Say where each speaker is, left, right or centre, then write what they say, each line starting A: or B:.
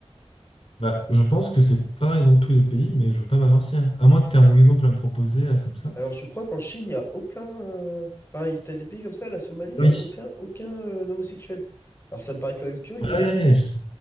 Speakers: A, on the left; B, on the left.
A: Bah, je pense que c'est pareil dans tous les pays, mais je veux pas m'avancer. hein. À moins que tu aies un exemple à me proposer, là, comme ça.
B: Alors, je crois qu'en Chine, il n'y a aucun... euh, Enfin, il- t'as des pays comme ça, la Somalie, il n'y
A: Oui.
B: a aucun, aucun euh, homosexuel. Alors, ça me paraît quand même curieux.
A: Ah ouais, ouais, je- sais.